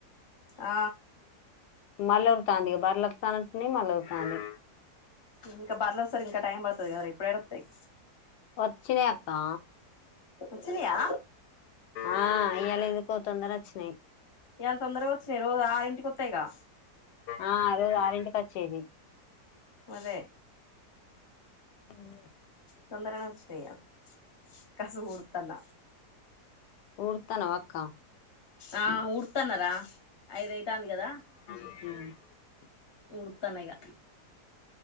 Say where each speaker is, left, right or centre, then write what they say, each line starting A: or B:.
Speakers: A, on the left (about 25°); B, on the left (about 80°).
A: ఆ
B: మల్లా ఒర్రుతాంది ఇగ బర్ల అస్తన్నట్టున్నాయ్ మల్ల ఒర్రుతాంది.
A: ఇంకా బర్లోచేసరికి ఇంకా టైం పడుతది కదరా, ఇప్పుడేడ ఒస్తయి
B: వచ్చినై అక్కా
A: వచ్చినయా?
B: ఆ ఇయ్యాల ఎందుకో తొందర అచ్చినయి.
A: ఇయాళ తొందరగా వచ్చినయి, రోజు ఆరింటికి ఒత్తయిగా
B: ఆ అదే ఆరెంటికచ్చేది.
A: అదే
B: ఉమ్
A: తొందరనే అచ్చినయ్ ఇయాల్ కసువు ఉడుతాన్న.
B: ఊడుతానవక్క?
A: ఆ ఊడతాన్నరా, ఐదయితాంది కదా.
B: హ
A: ఉడతాన్న ఇగ